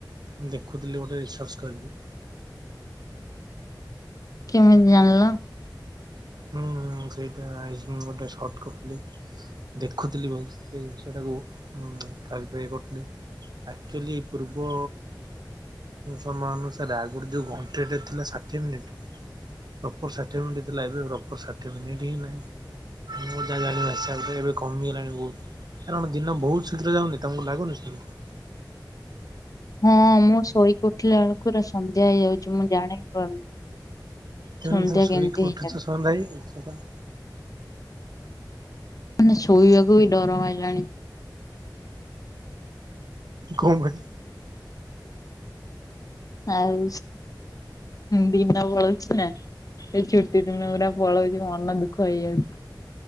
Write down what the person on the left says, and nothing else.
କେମିତି ଜାଣିଲ?
ହଁ, ମୁଁ ଶୋଇକି ଉଠିଲା ବେଳୁକୁ ପୁରା ସନ୍ଧ୍ୟା ହେଇଯାଉଚି ମୁଁ ଜାଣି ପାରୁନି।
ସନ୍ଧ୍ୟା
କେମିତି ହେଇଗଲାଣି
ମାନେ ଶୋଇବାକୁ ବି ଡର ମାଇଲାଣି।
ଆଉ ଦିନ ପଳଉଛି ନା ସେଇ ଛୁଟି ଦିନଗୁରା ପଳଉଚି ମୋ ମନ ଦୁଃଖ ହେଇଯାଉଚି।